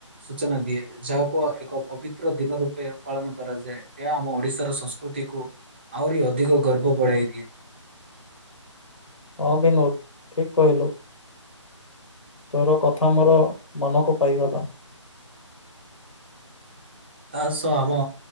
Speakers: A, on the right (about 20°); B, on the left (about 80°).
A: ସୂଚନା ଦିଏ ଯାହାକୁ ଏକ ପବିତ୍ର ଦିନ ରୂପେ ପାଳନ କରାଯାଏ ଏହା ଆମ ଓଡିଶାର ସଂସ୍ ପ୍ରକୃତିକୁ ଆହୁରି ଅଧିକ ଗର୍ବ ବଢାଇ ଦିଏ।
B: ହଁ ବିନୋଦ ଠିକ କହିଲୁ। ତୋର କଥା ମୋର ମନକୁ ପାଇଗଲା।
A: ତା ସହ ଆମ